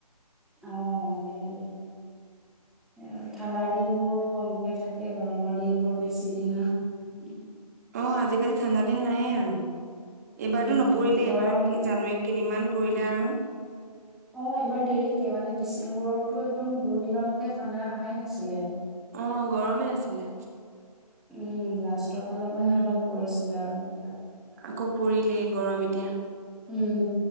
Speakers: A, in the centre; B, on the right.
A: অ', সেইটোয়ে তো। এ, আৰু ঠাণ্ডাৰ দিন। বোৰ কমকে থাকে গৰমৰ দিন বোৰ বেছি দিনৰ উম।
B: অ', আজিকালি ঠাণ্ডা দিন নাইয়ে আৰু। এইবাৰতো
A: উম
B: নপৰিলে
A: গৰম
B: এবাৰ কি জানুৱাৰীত কেইদিনমান। পৰিলে আৰু
A: অ', এইবাৰ দেৰিকে মানে ডিচেম্বৰতো একদম বহুত দিনলৈকে ঠাণ্ডা আহাই নাছিলে।
B: অ', গৰমে আছিলে।
A: উম, লাষ্ট। তলফালৰ পৰাহে
B: উম,
A: অলপ পৰিছিল। দ
B: আকৌ পৰিলেই গৰম এতিয়া।
A: উম।